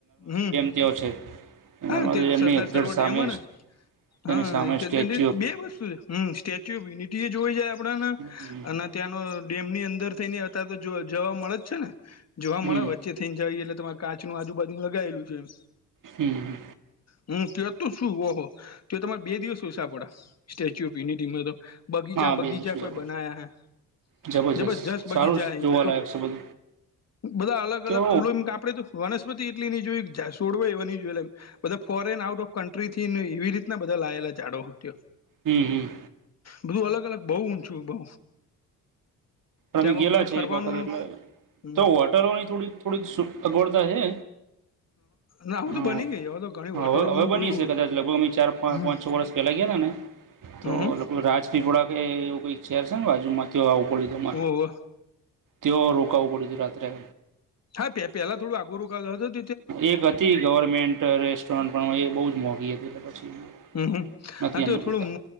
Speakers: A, on the left (about 45°); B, on the right (about 60°).
A: હમ્મ
B: તેયો છે નર્મદા
A: હા તે
B: ડેમની
A: સરદાર
B: એક્ઝેટ
A: સરોવર
B: સામે
A: ડેમ હ ને હા
B: એની સામે સ્ટેચ્યુ ઓફ
A: બે વરસ સુધી. હમ્મ સ્ટેચ્યુ ઓફ યુનિટી એ જોઈ જાય આપડા
B: હમ
A: અન ત્યાંનો ડેમની અંદર થઈ ને હતા તો જો જોવા મળે જ છે ને જોવા
B: હમ
A: મળે વચ્ચે જઈ એટલે તમારે કાચનું આજુબાજુનુ લગાયેલું છે એમ
B: હમ્મ
A: હમ્મ ત તો શું ઓહો ત તમારે બે દિવસ હોય સાપડા સ્ટેચ્યુ ઓફ યુનિટી મે તો બગીચા
B: હા
A: બગીચા
B: બે દિવસું
A: કોઈ બનાયા હૈ.
B: જબરજસ્ત
A: જે બ જસ
B: સારું
A: બગીચા
B: જોવાલાયક
A: એમ
B: છે બધું
A: બધા અલગ
B: તો
A: અલગ ફૂલો એમ કાપડે તો વનસ્પતિ એટલી ની જોઈ, જાસવડું એવા ની જોયા એમ બધા ફોરેન આઉટ ઓફ કન્ટ્રીથી ને એવી રીતના બધા લાયેલા ઝાડવા
B: હમ્મ, હમ્મ.
A: બધું અલગ અલગ બઉ ઊંચું બઉ
B: અમે
A: ત્યાં
B: ગેલા
A: બધું
B: છે
A: ફરવાનું
B: એક વખત એટલે
A: હમ
B: તો હોટલોની થોડીક થોડીક સગવડતા છે.
A: ના હવે તો
B: હા,
A: બની ગઈ હવે તો ઘણી હોટલોનું
B: હવે હવે બનીશે
A: બધું
B: કદાચ લગભગ અહ ચાર પાચ
A: હમ
B: પાંચ છ વર્ષ પહેલા ગયાતા ને તો
A: હમ
B: લગભગ રાજ પીપડા કે એવું કઈક ચેર છે ને બાજુમાં ત્યાં આવું પડ્યું તું
A: હોવો
B: તેઓ રોકાવવું પડ્યુંતું રાત્રે
A: હા, પે પેહલા થોડું આગું <unintelligible>
B: એક હતી ગવર્મેન્ટ રેસ્ટોરન્ટ પણ એ બોજ મોંઘી હતી એટલે પછી
A: હમ્મ,
B: નથી
A: હા તો
B: અનુકૂળતા
A: થોડું